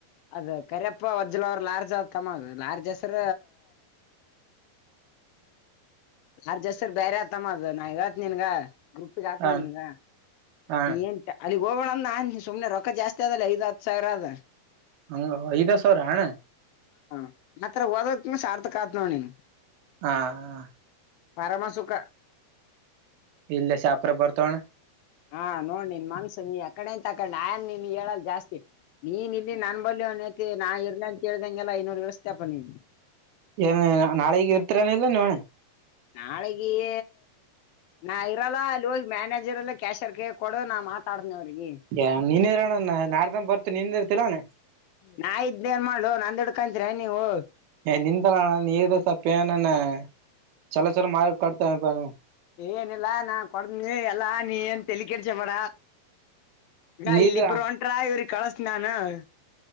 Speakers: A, on the left; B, on the right.
A: ಅದ ಕರಿಯಪ್ಪ ವಜ್ಲ ಅವ್ರರು ಲಾರ್ಜ್ ಆತಮ್ಮ ಅದು ಲಾರ್ಜ್ ಹೆಸ್ರ ಆರ್ಜಸ್ರ್ ಬೇರೆ ಆತಮ್ಮ ಅದು ನಾ ಹೇಳ್ತೇನ ನಿನ್ಗ ಗ್ರೂಪಗ ಹಾಕ್ನನ್
B: ಹಣ
A: ನಿನ್ಗ.
B: ಹಣ
A: ನೀ ಏನ್ ಅಲ್ಲಿಗ್ ಹೋಗ ಬ್ಯಾಡ್ ಅಂದ ನಾನನ ಸುಮ್ನೆ ರೊಕ್ಕ ಜಾಸ್ತಿ ಅದಲ್ಲ ಐದ ಹತ್ತು ಸಾವಿರ ಅದ.
B: ಓ ಓ ಐದ್ ಸಾವಿರ ಅಣ್ಣಾ.
A: ಹ ಮಾತ್ರ ಹೋದದಕ್ಕನ ಸಾರ್ಥಕ ಆತ್ ನೋಡ್ ನೀನ್ಗ.
B: ಹಾ ಹಾ.
A: ಪರಮಸುಖ.
B: ಇಲ್ಲ ಶಾಪುರಗ್ ಬರ್ತೋಣ್ಣಾ.
A: ಹಾ ನೋಡ್ ನೀನ್ ಮನ್ಸು ನೀ ಯಕಡೆ ಎಂತ ಆಕೊಂಡ ಆಯನ್ ನೀನ್ ಹೇಳಲ್ ಜಾಸ್ತಿ. ನೀನ್ ಇಲ್ಲಿ ನನ್ ಬಳಿ ಒನತಿ ನಾ ಇರ್ಲಿ ಅಂತ ಹೇಳ್ದಂಗೆಲ್ಲ ಐನೂರು ಕಳಿಸ್ತಪ್ಪ ನೀನ್.
B: ಏನ ನಾಳೆಗೆ ಇರ್ತರನಿಲ್ಲ ನೀವ್ ಅಣ್ಣಾ.
A: ನಾಳೆಗೆೇ. ನಾ ಇರಲ್ಲ ಅಲ್ಲಿ ಹೋಗಿ ಮ್ಯಾನೇಜರ್ ಎಲ್ಲ ಕ್ಯಾಶರ್ ಕ ಕೊಡ ನಾ ಮಾತಾಡನ ಅವ್ರಿಗೆ.
B: ಎ ನೀನ್ ಇರೋಣ ನಾಡ್ದ್ ಬರ್ತ ನೀನ್ ಇರ್ತಿಲ್ಲ ಅಣ್ಣಾ.
A: ನಾ ಇದ್ದ ಏನ್ ಮಾಡ್ಲೊ ನಂದ ಹೀಡ್ಕಂತರ ನೀವು.
B: <unintelligible>
A: ಏನಲ್ಲ ನಾ ಕೊಡ ಎಲ್ಲಾ ನೀ ಏನ್ ತಲಿ ಕೆಡಿಸ್ಕೊಬ್ಯಾಡ. ಅಣ್ಣಾ
B: ನೀದ
A: ಇಲ್ಲಿ ಇಬ್ರು ಒಂಟ್ರ ಇವ್ರಿ ಕಳಸ್ತನ ನಾನ್